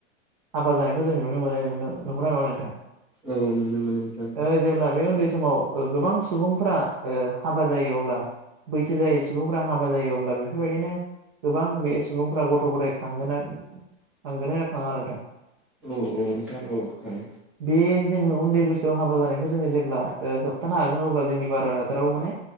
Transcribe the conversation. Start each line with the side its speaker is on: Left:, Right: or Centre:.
Right: हाबा जानायखौ जों नुनो मोनो नों नंगौना नङा नोंथां?
Centre: औ नुनो मोनो नोंथां
Right: ओ जेब्ला बे उन्दै समाव गोबां सुबुंफोरा ओ हाबा जायो अब्ला बैसो जायै सुबुंफ्रा हाबा जायो अब्ला बेफोरबायदिनो गोबां बे सुबुंफ्रा गथ' गथाय खङोना खाङोना खाङा नोंथां
Centre: औ औ नोंथां औ खाङो
Right: बे जोङो उन्दै बैसोआव हाबा जानायखौ जोङो जेब्ला ओ होबथानो हागोन अब्ला जोंनि भारत हादराव माने